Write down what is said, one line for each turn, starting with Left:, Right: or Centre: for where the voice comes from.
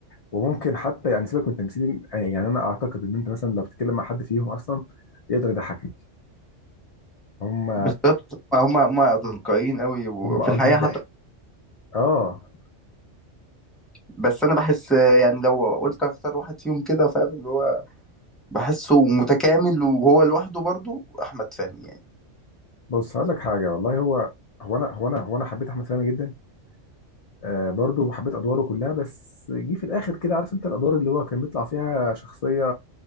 Left: وممكن حتى يعني سيبك من التمثيل يعني انا اعتقد ان انت مثلا لو بتتكلم مع حد فيهم اصلا يقدر يضحكك هم
Centre: بالظبط هم هم تلقائيين قوي وفي
Left: هم اه
Centre: الحقيقه
Left: في جدا
Centre: حتى
Left: الحقيقة اه
Centre: بس انا بحس يعني لو قلت اختار واحد فيهم كده فاهم اللي هو بحسه متكامل وهو لوحده برضو احمد فهمي يعني
Left: بص هقول لك حاجه والله هو هو انا هو انا هو انا حبيت احمد فهمي جدا آه برضه وحبيت ادواره كلها بس جه في الاخر كده عارف انت الادوار اللي هو كان بيطلع فيها شخصيه